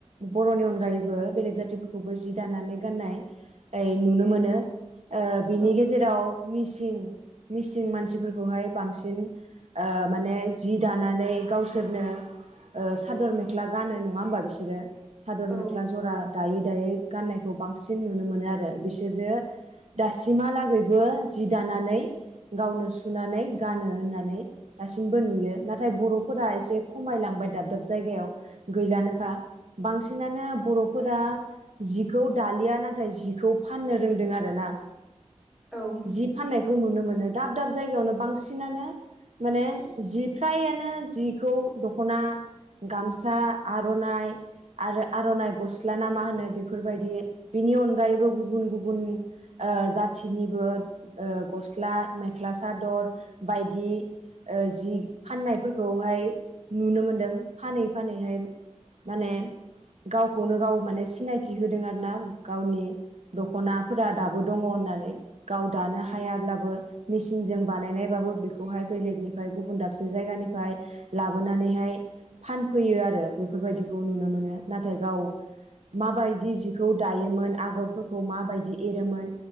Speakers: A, on the right; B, in the centre.
A: बर'नि अनगायैबो बेलेग जाथिफोरखौबो जि दानानै गाननाय ओ नुनो मोनो ओ बिनि
B: औ
A: गेजेराव मिसिं मिसिं मानसिफोरखौहाय बांसिन ओ माने जि दानानै गावसोरनो ओ सादर मेख्ला गानो नङा होमबा बिसोरो सादर
B: औ
A: मेख्ला जरा दायै दायै गाननायखौ बांसिन नुनो मोनो आरो बिसोरो दासिमहालागैबो जि दानानै गावनो सुनानै गानो होननानै दासिमबो नुयो नाथाय बर' फोरा
B: औ
A: एसे खमाय लांबाय दाब दाब जायगाआव गैलानोखा बांसिन बांसिनानो बर'फोरा जिखौ दालिया नाथाय जिखौ फाननो रोंदों आ आरोना
B: औ
A: जि फाननायखौ नुनो मोनो दाब दाब जायगायावनो बांसिनानो माने जि फ्राइआनो जिखौ दख'ना गामसा आर'नाइ आरो आर'नाइ गस्ला ना मा होनो बेफोर बायदि बिनि अनगायैबो गुबुन गुबुन ओ जाथिनिबो ओ गस्ला मेख्ला सादर बायदि ओ जि फाननायफोरखौहाय नुनो मोनदों फानै फानैहाय माने गावखौनो गाव मानि सिनायथि होदों आरो ना गावनि दख'ना फ्रा दाबो दं होननानै गाव दानो हायाब्लाबो मेसिनजों बानायनायबाबो बेखौहाय बेलेगनिफ्राय गुबुन दाबसे जायगानिफ्राय लाबोनानैहाय फानफैयो आरो बेफोरबायदिखौ नुनो मोनो नाथाय गाव माबायदि जिखौ दायोमोन आगरफोरखौ माबायदि एरोमोन